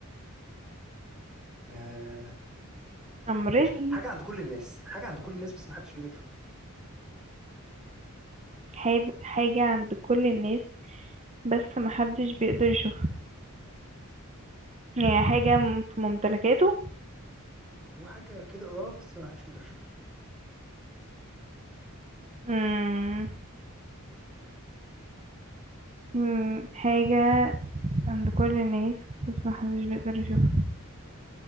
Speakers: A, in the centre; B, on the right (about 30°).
A: آه،
B: I'm ready
A: ماشي حاجه عند كل الناس حاجه عند كل الناس بس ما حدش بيقدر يشوفها
B: حاج- حاجة عند كل الناس بس محدش بيقدر يشوفها يعني حاجة م- في ممتلكاته
A: هو حاجه كده اه بس ما حدش بيقدر يشوفها
B: مم. مم. حاجة عند كل الناس بس محدش بيقدر يشوفها